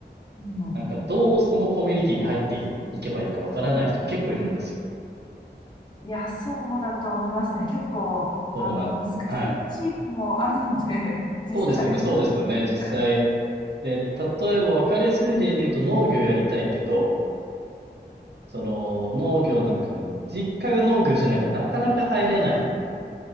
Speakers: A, on the left (about 25°); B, on the right (about 70°).
A: うん。
B: なんかどうそのコミュニティに入っていけばいいか分からない人も結構いるんですよ。
A: いや、そうだと思いますね。結構、
B: そうなん、
A: あの、難しい地域もあるので、
B: はい。
A: <laughs> 実際。
B: そうですよね、そうですよね、実際。
A: はい
B: で、例えば分かりやすい例で言うと農業やりたいけど、その農業なんかも実家が農業じゃないとなかなか入れない
A: うん